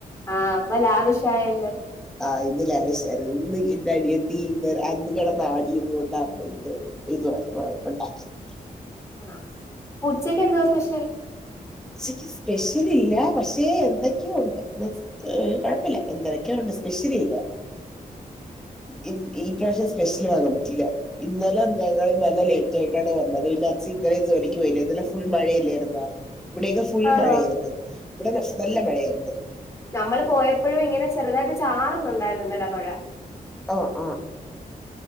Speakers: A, on the left (about 20°); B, in the centre.
A: ആഹ് അപ്പ ലാവിഷ് ആയല്ലോ
B: ആഹ് ഇന്നല്ലാവിശർന്ന് ഇന്ന് എന്റെ അനിയെത്തി അന്ന് കിടന്നാടിയത്കൊണ്ടാ അമ്മ ഇന്നോ ഇത് അ <unintelligible>
A: ആഹ് ഉച്ചക്ക് എന്തവാ സ്പെഷ്യൽ
B: ഉച്ചക്ക് സ്പെഷ്യൽ ഇല്ല പക്ഷേ എന്തൊക്കെയോ ഉണ്ട് ഏ കൊഴപ്പില്ല എന്തൊരൊക്കെയോ ഉണ്ട് സ്പെഷ്യല് ഇല്ല ഇൻ ഈ പ്രാവശ്യം സ്പെഷ്യല വാങ്ങാൻ പറ്റില്ലേ ഇന്നലെ ഞങ്ങള്ൾ നല്ല ലേറ്റ് ആയിട്ടാണ് വന്നത് പിന്നെ അച്ച് ഇന്നലെ ജോലിക്ക് പോയില്ല ഇന്നലെ ഫുൾ മഴയില്ലായിരുന്നോ ഇവിടെയൊക്കെ ഫുൾ
A: ആണോ
B: മഴയായിരുന്നു ഇവിടെ നല്ല മഴ ആയിരുന്നു
A: നമ്മള് പോയപ്പോഴും ഇങ്ങനെ ചെറുതായിട്ട് ചാറുന്നുണ്ടായിരുന്നുണ്ടല്ലോ മഴ
B: ആഹ് ആഹ്